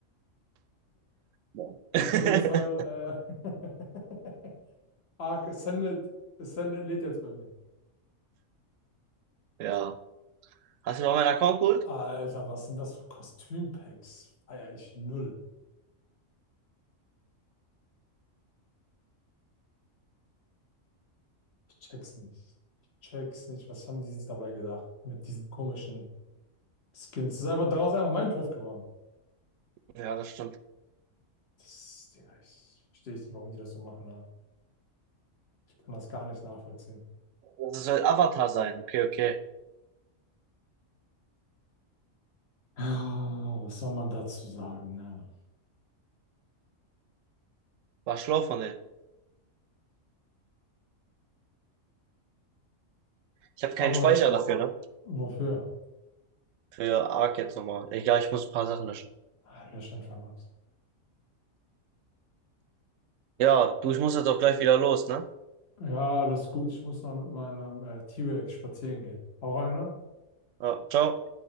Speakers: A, on the right; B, on the left.
A: <laughs>
B: Auf jeden Fall, äh, <laughs> Arc Ascended, Ascended lädt jetzt bei mir.
A: Ja. Hast du noch meinen Account geholt?
B: Alter, was sind das für Kostümpacks? Feier ich null. Ich check's nicht. Ich check's nicht. Was haben die sich dabei gedacht? Mit diesen komischen Skins. Das ist einfach daraus einfach Minecraft geworden.
A: Ja, das stimmt.
B: Das, Digga, ich verstehe nicht, warum die das so machen, ne? Ich kann das gar nicht nachvollziehen.
A: Das soll Avatar sein. Okay, okay.
B: Ah, was soll man dazu sagen, ne?
A: War schlau von denen. Ich habe keinen
B: Aber
A: Speicher dafür, ne?
B: wofür?
A: Für Ark jetzt nochmal. Egal, ich muss ein paar Sachen löschen.
B: Ah, Lösch einfach was.
A: Ja, du, ich muss jetzt auch gleich wieder los, ne?
B: Ja, alles gut. Ich muss noch mit meinem äh, T-Rex spazieren gehen. Hau rein, ne?
A: Ja, ciao.